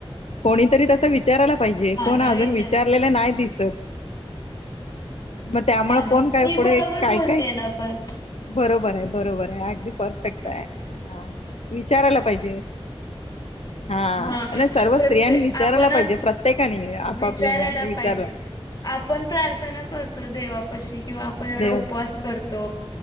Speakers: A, on the left (about 80°); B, on the left (about 40°).
A: कोणीतरी तस विचार विचारायला पाहिजे,
B: हा
A: कोण
B: ना
A: अजून
B: विचार
A: विचारलेलं नाही दिसत. मग त्यामुळ
B: हा ना
A: कोण काय
B: मी बरोबर
A: पुड काय
B: बोलतेय
A: काय
B: ना पण
A: बरोबराय बरोबराय अगदी परफेक्टाय हा विचारायला पाइजे. हा
B: मग
A: नाई सर्व
B: प्रत्येक
A: स्त्रियांनी विचारायला
B: आपणच
A: पाईजे प्रत्येकानी आपापल्या
B: विचारायला
A: हेना विचारुन.
B: पाहिजे. आपण प्रार्थना करतो देवापशी किंवा आपण एवड
A: देव
B: उपवास करतो.